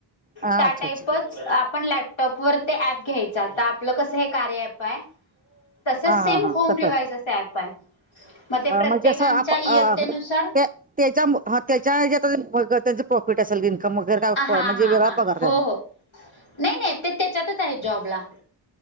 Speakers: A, on the right; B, on the left.
A: हा
B: त्या
A: अच्छा
B: टाईपच
A: अच्छा
B: आपण लॅप टॉप वर ते ॲप घ्यायचा आता आपलं कसं हे कार्य ॲप आहे. तसच
A: हा
B: सेम
A: हा हा
B: होम
A: तसं
B: रिव्हाइज असं ऍप आहे मग ते प्रत्येकांच्या
A: म्हणजे असं आप अ
B: इयत्तेनुसार
A: ते त्याच्या ह त्याच्या ह्याच्यात <inaudible> त्याच प्रॉफिट असेल काहीतरी
B: हा
A: <unintelligible> म्हणजे
B: हा
A: वेगळा
B: हा
A: पगार
B: हो
A: देणारं.
B: हो नाही नाही ते त्याच्यातच आहे जॉबला.